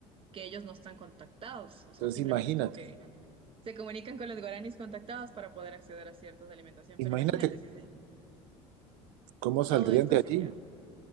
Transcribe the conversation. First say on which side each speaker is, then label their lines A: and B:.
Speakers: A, on the right; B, on the right.
A: que ellos no están contactados, o sea,
B: Entonces
A: simplemente
B: imagínate.
A: es como que se comunican con los guaraníes contactados para poder acceder a ciertas alimentación, pero
B: Imagínate
A: imagínate si si
B: cómo saldrían
A: todo esto
B: de
A: sería
B: allí.